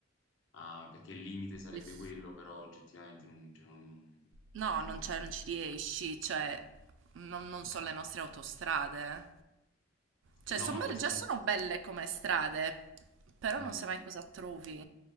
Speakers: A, on the left; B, on the right.
A: ah, perché il limite sarebbe
B: Li-
A: quello, però oggettivamente non cioè non
B: No, non
A: non
B: c'è, non ci riesci. Cioè, non, non sono le nostre autostrade. eh.
A: eh
B: Cioè,
A: no,
B: son
A: ma
B: belle,
A: questa
B: già sono belle come strade, però
A: mh-mh.
B: non sai mai cosa trovi.